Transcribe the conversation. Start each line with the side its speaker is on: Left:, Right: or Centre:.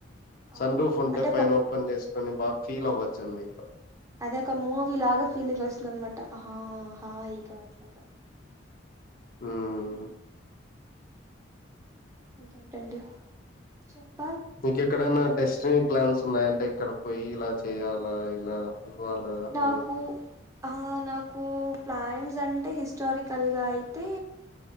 Right: ఆ
Left: సన్ రూఫ్ ఉంటే
Right: అంటే ఒక
Left: పైన ఓపెన్ చేసుకుొని బాగా ఫీల్ అవ్వచ్చండి ప్
Right: అదే ఒక మూవీ లాగా ఫీలింగ్ వస్తుందన్నమాట ఆహా హాయిగ అట్లాగా
Left: మ్
Right: ఇంకేంటండి చెప్
Left: ఇంక్కేక్కడన్న డెస్టిని ప్లాన్స్ ఉన్నాయ అంటే ఇక్కడ పోయి ఇలా చేయాలా ఇలా ఇవ్వాలా
Right: నాకు
Left: అని
Right: అ నాకు ప్లాన్స్ అంటే హిస్టారికల్గా అయితే